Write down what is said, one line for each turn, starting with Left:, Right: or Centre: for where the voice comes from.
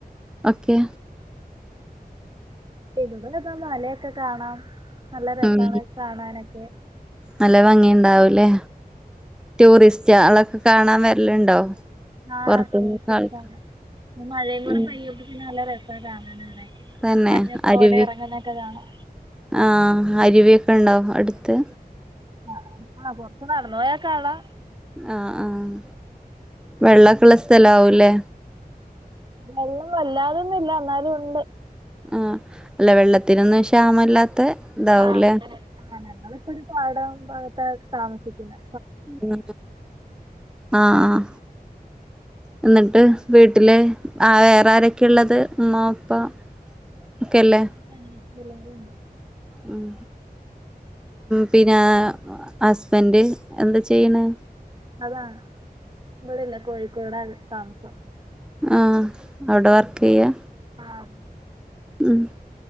Centre: ഓക്കെ
Right: <unintelligible> മലയൊക്കെ കാണാം നല്ല രസാണ്
Centre: ഉം
Right: കാണാനൊക്കെ
Centre: നല്ല ഭംഗിയുണ്ടാവൂലേ ടൂറിസ്റ്റാളൊക്കെ കാണാൻ വരലുണ്ടോ
Right: ആഹ്
Centre: പുറത്തുന്നൊക്കെ
Right: ടൂറിസ്റ്റൊക്കെ
Centre: ആൾക്കാ
Right: കാണാം ഈ മഴയും കൂടെ
Centre: ഉം
Right: പെയ്യുമ്പ പിന്നെ നല്ല രസം കാണാനവിടെ
Centre: തന്നെ
Right: മഞ്ഞകോടെ
Centre: അരുവി
Right: ഒക്കെ ഇറങ്ങുന്നതൊക്കെ കാണാ
Centre: ആഹ് ആരിവേപ്പ്ണ്ടോ അടുത്ത്
Right: ആഹ് ആഹ് കൊറച്ച് നടന്നു പോയാ കാണാ
Centre: ആഹ് ആഹ് വെള്ളൊക്കള്ള സ്ഥല ആവുല്ലേ
Right: വെള്ളം വല്ലാതൊന്നുല്ല എന്നന്നാലും ഉണ്ട്
Centre: ആഹ് അല്ല വെള്ളത്തിനൊന്നും ക്ഷാമല്ലാത്ത ഇതാവൂലേ
Right: ആഹ് ആഹ് അങ്ങനെ ഞങ്ങ <unintelligible> ഒരു പാടം ഭാഗത്ത താമസിക്കുന്നേ
Centre: ഉം ആഹ് ആഹ് എന്നിട്ട് വീട്ടില് ആ വേറെ ആരൊക്കെ ഉള്ളത് ഉമ്മാ ഉപ്പാ ഒക്കെല്ലേ
Right: രണ്ടാനിയത്തി മാരുണ്ട്
Centre: ഉം പിന്നെ ഹസ്ബന്റ് എന്താ ചെയ്യണ്
Right: അതാണ് ഇവിടെല്ല കോഴിക്കോടാണ് താമസം
Centre: ആഹ് അവിടെ വർക്ക് ചെയ്യാ
Right: ആഹ്
Centre: ഉം